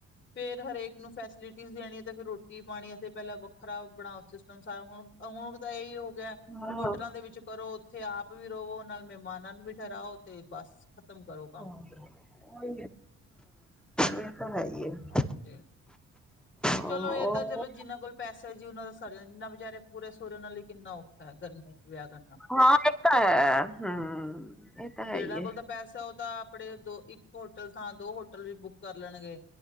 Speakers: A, on the left; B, in the centre.
A: ਫੇਰ ਹਰੇਕ ਨੂੰ ਫੈਸਿਲਿਟੀ ਦੇਣੀ ਤੇ ਫਿਰ ਰੋਟੀ, ਪਾਣੀ ਅਸੀੇ ਪਹਿਲਾਂ ਵੱਖਰਾ ਬਣਾਓ ਸਿਸਟਮ ਸਾਰਾ ਹੁਣ, ਹੁਣ ਦਾ ਇਹੀ ਹੋ ਗਿਆ,
B: ਹਾਂ
A: ਹੋਟਲਾਂ ਦੇ ਵਿੱਚ ਕਰੋ। ਉਥੇ ਆਪ ਵੀ ਰਵੋ, ਨਾਲ ਮਹਿਮਾਨਾਂ ਨੂੰ ਵੀ ਠਹਿਰਾਓ ਤੇ ਬਸ ਖ਼ਤਮ ਕਰੋ ਕੰਮ
B: ਹਾਂ ਇਹ ਤਾਂ ਹੈ। ਹੈ
A: ਹਾਂਜੀ।
B: ਉਹ
A: ਚਲੋ ਇਹ ਤਾਂ ਚਲੋ ਜਿੰਨਾਂ ਕੋਲ ਪੈਸਾ ਜੀ, ਉਹਨਾਂ ਦਾ ਸਰਿਆ ਜਿੰਨਾ ਵਿਚਾਰੇ ਪੂਰੇ ਸੁਰੇ ਉਹਨਾਂ ਲਈ ਕਿੰਨਾ ਔਖਾ ਹੈ, ਗਰਮੀ ਚ ਵਿਆਹ ਕਰਨਾ
B: ਹਾਂ ਇਹ ਤਾਂ ਹੈ ਹਮ ਇਹ ਤਾਂ ਹੈ
A: ਜਿਨਾਂ
B: ਹੀ ਹੈ
A: ਕੋਲ ਤਾਂ ਪੈਸਾ, ਉਹ ਤਾਂ ਆਪਣੇ ਦੋ ਇੱਕ ਹੋਟਲ ਥਾਂ ਦੋ ਹੋਟਲ ਵੀ ਬੁੱਕ ਕਰ ਲੈਣਗੇ,